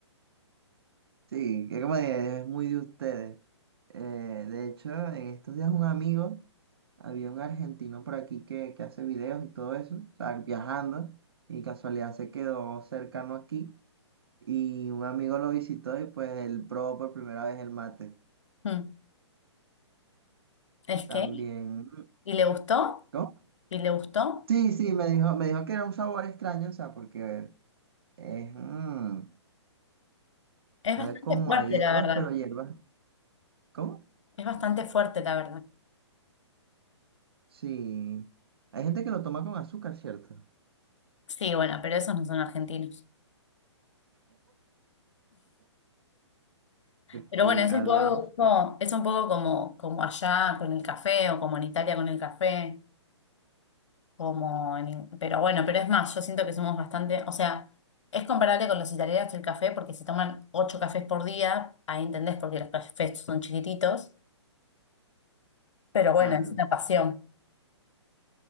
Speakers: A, on the right; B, on the left.
A: Sí, que como de- es muy de ustedes. Eh, de hecho, en estos días un amigo, había un argentino por aquí que, que hace videos y todo eso, o sea, viajando, y casualidad se quedó cercano aquí, y un amigo lo visitó y pues él probó por primera vez el mate.
B: Mm. Es
A: También,
B: que, y le gustó,
A: ¿no?
B: y le gustó.
A: Sí, sí, me dijo, me dijo que era un sabor extraño, o sea, porque es, mm,
B: Es
A: sabe
B: bastante
A: como
B: fuerte,
A: a hierbas,
B: la verdad.
A: pero hierbas, ¿cómo?
B: Es bastante fuerte, la verdad.
A: Sí, hay gente que lo toma con azúcar, ¿cierto?
B: Sí, bueno, pero esos no son argentinos.
A: de
B: Pero
A: que
B: bueno, es
A: hablamos,
B: un poco,
A: fu-
B: es un poco como, como allá con el café, o como en Italia con el café, como en- pero bueno, pero es más, yo siento que somos bastante, o sea, es comparable con los italianos el café, porque se toman ocho cafés por día, ahí entendés porque los cafés son chiquititos, pero bueno,
A: claro,
B: es una pasión.